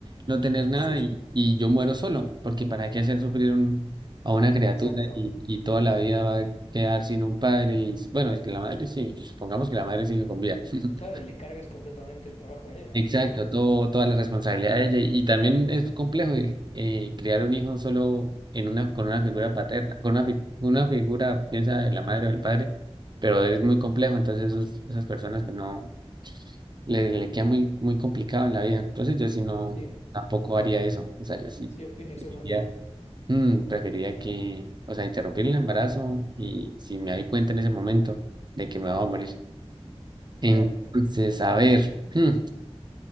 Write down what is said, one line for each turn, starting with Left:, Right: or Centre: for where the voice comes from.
Right: no tener nada
Left: Sí,
Right: y, y yo muero solo, porque para qué hacer sufrir un- a una criatura
Left: exacto.
Right: y, y toda la vida va a quedar sin un padre y, bueno, es que la madre sí, supongamos que la madre sigue con vida. <laughs>
Left: Claro, y le cargas completamente el trabajo a ella,
Right: Exacto,
Left: o sea, no.
Right: todo, toda la responsabilidad de ella. Y, y también es complejo eh, eh, criar un hijo solo en una, con una figura paterna, con una, fi- una figura, piensa, de la madre o del padre, pero es muy complejo. Entonces esos- esas personas pues, no le, le queda muy, muy complicado en la vida. Entonces yo sí no,
Left: Sí,
Right: tampoco haría eso. O sea, yo sí
Left: sí, opino
Right: diría,
Left: exactamente igual.
Right: mm, preferiría que, o sea, interrumpir el embarazo y si me doy cuenta en ese momento de que me voy a morir. Entonces,
Left: Claro.
Right: a ver. hmm,